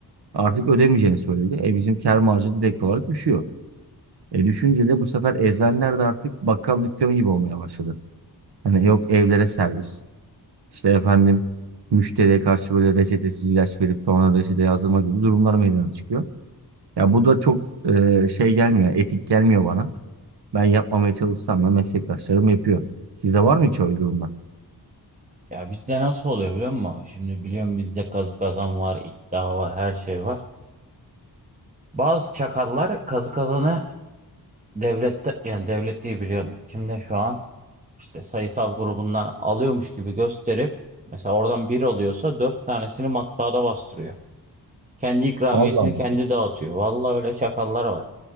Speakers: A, on the right (about 75°); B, on the right (about 20°).
A: Artık ödemeyeceğini söyledi. E bizim kar marjı direkt olarak düşüyor. E düşünce de bu sefer eczaneler de artık bakkal dükkanı gibi olmaya başladı. Hani yok evlere servis. işte efendim müşteriye karşı böyle reçetesiz ilaç verip sonra reçete yazdırma gibi durumlar meydana çıkıyor. Ya bu da çok e, şey gelmiyor, etik gelmiyor bana. Ben yapmamaya çalışsam da meslektaşlarım yapıyor. Sizde var mı hiç öyle durumlar?
B: Ya bizde nasıl oluyor biliyor musun? Şimdi biliyorum bizde kazı kazan var, iddia var, her şey var. Bazı çakallar kazı kazanı devlette yani devlet diye biliyorum. Kimde şu an? işte sayısal grubundan alıyormuş gibi gösterip mesela oradan bir alıyorsa dört tanesini matbaada bastırıyor. Kendi ikramiyesini
A: Allah Allah.
B: kendi dağıtıyor. Vallahi öyle çakallar var.